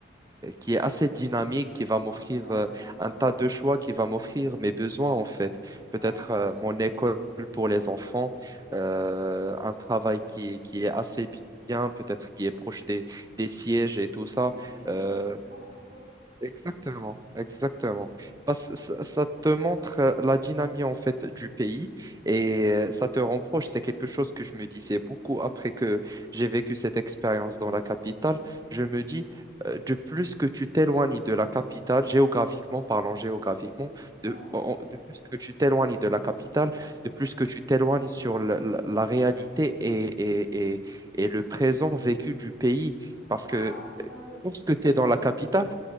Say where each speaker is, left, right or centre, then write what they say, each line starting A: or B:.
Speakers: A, on the right (about 20°); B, on the right (about 50°).
A: euh, qui est assez dynamique, qui va m'offrir
B: Ouais, exactement.
A: euh, un tas de choix, qui va m'offrir mes besoins en fait. Peut-être
B: Ouais, exactement.
A: euh, mon école pour les enfants, euh, un travail qui, est- qui est assez bien, peut-être qui est proche des, des sièges et tout ça.
B: Et des lieux de
A: Euh,
B: divertissement surtout.
A: Exactement, exactement. Bah, c- ça, ça te montre euh, la dynamique en fait du pays et euh, ça te rend proche. C'est quelque chose que je me disais beaucoup après que j'ai vécu cette expérience dans la capitale. Je
B: Mhm.
A: me dis, euh, de plus que tu t'éloignes de la capitale, géographiquement parlant, géographiquement,
B: Ouais.
A: de, en- de plus que tu t'éloignes de la capitale, de plus que tu t'éloignes sur la, la- la réalité et, et, et, et le présent vécu du pays. Parce
B: Ah,
A: que euh,
B: ouais, oui.
A: lorsque
B: Je vois
A: tu
B: ce
A: es dans
B: que tu
A: la capitale,
B: veux dire.